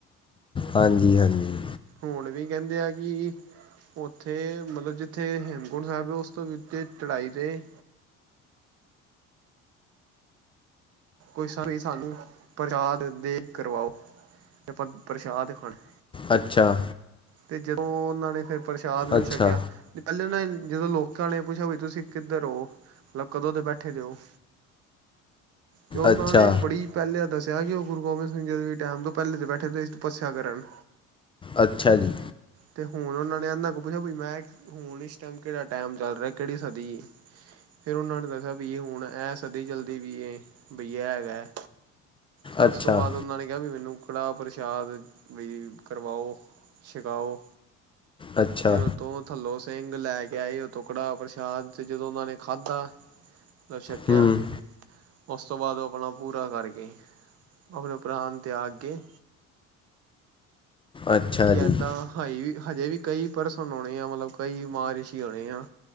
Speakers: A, on the left (about 20°); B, on the right (about 50°).
A: ਹਾਂਜੀ-ਹਾਂਜੀ।
B: ਹੁਣ ਵੀ ਕਹਿੰਦੇ ਏਂ ਕੀ ਉੱਥੇ, ਮਤਲਬ ਜਿੱਥੇ ਹੇਮਕੁੰਟ ਸਾਹਬ ਹੈਂ। ਉਸ ਤੋ ਵੀ ਉੱਤੇ, ਚੜਾਈ ਤੇ। ਕੋਈ ਸਾ ਨੀ ਸਾਨੂੰ ਪ੍ਰਸ਼ਾਦ ਦੇਗ ਕਰਵਾਓ। ਤੇ ਆਪਾ ਪ੍ਰਸ਼ਾਦ ਖਾਣਾ ਏ।
A: ਅੱਛਾ।
B: ਤੇ ਜਦੋਂ ਉਹਨਾਂ ਨੇ ਫੇਰ ਪ੍ਰਸ਼ਾਦ ਨੂੰ
A: ਅੱਛਾ
B: ਛਕਿਆ। ਨਹੀਂ ਪਹਿਲੇ ਉਹਨਾਂ ਨੇ ਜਦੋਂ ਲੋਕਾਂ ਨੇ ਪੁੱਛਿਆ। ਬਈ ਤੁਸੀ ਕਿੱਧਰ ਹੋ? ਮਤਲਬ ਕਦੋਂ ਦੇ ਬੈਠੇ ਦੇ ਹੋ? ਤੇ ਉਹਨਾਂ
A: ਅੱਛਾ
B: ਨੇ ਬੜੀ ਪਹਿਲੇ ਤਾ ਦੱਸਿਆ ਕਿ ਉਹ ਗੁਰੂ ਗੋਬਿੰਦ ਸਿੰਘ ਜੀ ਦੇ ਵੀ ਟਾਈਮ ਤੋਂ ਪਹਿਲੇ ਦੇ ਬੈਠੇ ਦੇ ਸੀ। ਤਪੱਸਿਆ ਕਰਨ।
A: ਅੱਛਾ ਜੀ।
B: ਤੇ ਹੁਣ ਉਹਨਾਂ ਨੇ ਇਹਨਾਂ ਕੁ ਪੁੱਛਿਆ। ਬਈ ਮੈਂ ਕੀ ਹੁਣ ਇਸ ਟਾਈਮ ਕਿਹੜਾ ਟਾਈਮ ਚੱਲ ਰਿਹਾ? ਕਿਹੜੀ ਸਦੀ? ਫੇਰ ਉਹਨਾਂ ਨੇ ਦੱਸਿਆ, ਵੀ ਇਹ ਹੁਣ ਇਹ ਸ ਸਦੀ ਚਲਦੀ ਪਈ ਏ। ਬਈ ਇਹ ਹੈਗਾ ਏ। ਤੇ ਉਸ
A: ਅੱਛਾ
B: ਤੋਂ ਬਾਅਦ ਉਹਨਾਂ ਨੇ ਕਿਹਾ, ਵੀ ਮੈਨੂੰ ਕੜਾਹ ਪ੍ਰਸ਼ਾਦ ਬਈ ਕਰਵਾਓ। ਛਕਾਓ
A: ਅੱਛਾ
B: ਫੇਰ ਉਹ ਤੋਂ ਥੱਲੋ ਸਿੰਘ ਲੈ ਕੇ ਆਏ ਉਹ ਤੋ ਕੜਾਹ ਪ੍ਰਸ਼ਾਦ। ਤੇ ਜਦੋਂ ਉਹਨਾਂ ਨੇ ਖਾਧਾ। ਮਤਲਬ ਛਕਿਆ।
A: ਹੂੰ
B: ਉਸ ਤੋਂ ਬਾਅਦ ਉਹ ਆਪਨਾ ਪੂਰਾ ਕਰ ਗਏ। ਆਪਣੇ ਪ੍ਰਾਣ ਤਿਆਗ ਗਏ।
A: ਅੱਛਾ
B: ਕਿ ਇੱਹਦਾਂ
A: ਜੀ
B: ਹਜੇ ਵੀ। ਹਜੇ ਵੀ ਕਈ ਪਰਸਨ ਆਉਣੇ ਆ। ਮਤਲਬ ਕਈ ਮਹ ਰਿਸ਼ੀ ਹੋਉਣੇ ਆ।